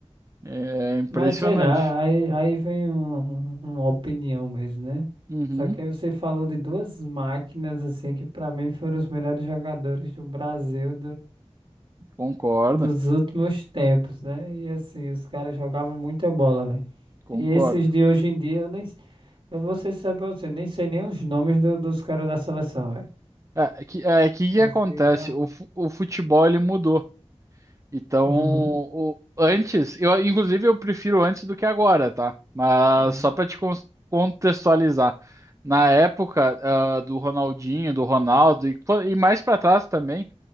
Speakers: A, on the right; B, on the right.
A: É, é impressionante.
B: Mas sei lá, aí, aí vem um- um, uma opinião mesmo, né?
A: Uhum,
B: Só que aí você falou de duas máquinas, assim, que pra mim foram os melhores jogadores do Brasil
A: concordo,
B: dos últimos tempos, né? E assim, os caras jogavam muita bola, velho.
A: concordo.
B: E esses de hoje em dia, eu nem, eu vou ser sincero pra você, nem sei nem os nomes do- dos caras da seleção, velho.
A: É, é que, é, é que
B: Porque
A: que acontece?
B: realmente.
A: O, fu- o futebol ele mudou. Então,
B: Uhum.
A: o- antes, eu inclusive eu prefiro antes do que agora, tá? Mas
B: Uhum,
A: só para te cons- contextualizar, na época ah, do Ronaldinho, do Ronaldo e, pô, e mais para trás também,